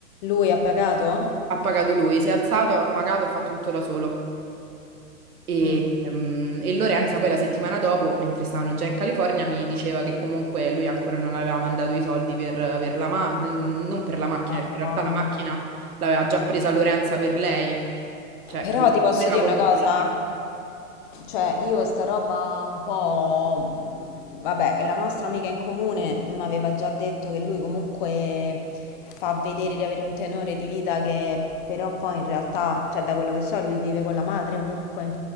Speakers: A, on the left; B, on the right.
A: lui ha pagato?
B: Ha pagato lui, si è alzato, ha pagato, ha fatto tutto da solo. E,
A: Mm.
B: ehm, e Lorenza poi la settimana dopo, mentre stavano già in California, mi diceva che comunque lui ancora non aveva mandato i soldi per, per la ma- n- non per la macchina,
A: Madonna.
B: perché in realtà la macchina l'aveva già presa Lorenza per lei, cioè,
A: Però
B: capito?
A: ti posso
B: Voleva
A: dire
B: condividerla.
A: una cosa, Cioè, io sta roba un po'... mh, Vabbè, la nostra amica in comune mi aveva già detto che lui comunque fa vedere di avere un tenore di vita che però poi in realtà, cioè da quello che so, lui vive con la madre comunque.